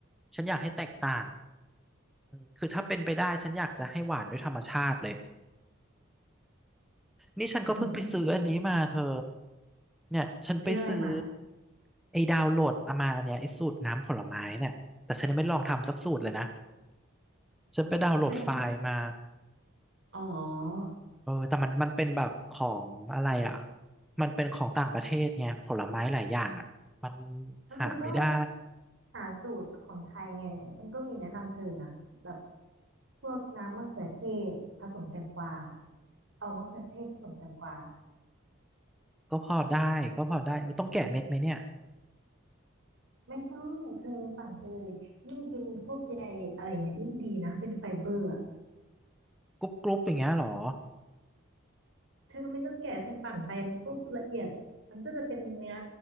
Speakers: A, in the centre; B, on the right (about 70°).
A: ฉันอยากให้แตกต่างอืมคือถ้าเป็นไปได้ฉันอยากจะให้หวานด้วยธรรมชาติเลยนี่ฉันก็เพิ่งไปซื้ออันนี้มาเธอ
B: โอ้โห
A: เนี่ยฉันไปซื้อ
B: ซื้ออะไรมา
A: ไอ้ดาวน์โหลดเอามาอันเนี้ยไอ้สูตรน้ำผลไม้เนี่ยแต่ฉันยังไม่ลองทำสักสูตรเลยนะฉันไปดาวน์โหลดไฟล์มา
B: ฉันมีอ๋อ
A: เออแต่มันมันเป็นแบบของอะไรอ่ะมันเป็นของต่างประเทศไงผลไม้หลายอย่างอ่ะมัน
B: งั้นเธอก็
A: หาไม่ได้
B: หาสูตรของไทยไงเนี่ยฉันก็มีแนะนำเธอนะแบบพวกน้ำมะเขือเทศผสมแตงกวาเอามะเขือเทศผสมแตงกวา
A: ก็พอได้ก็พอได้เออต้องแกะเม็ดไหมเนี่ย
B: ไม่ต้องเธอปั่นไปเลอยิ่งกินพวกใยอะไรเงี้ยยิ่งดีนะเป็นไฟเบอร์อะ
A: กรุบกรุบอย่างเงี้ยเหรอ
B: เธอไม่ต้องแกะเธอปั่นไปมันก็ละเอียดมันก็จะเป็นเนื้อ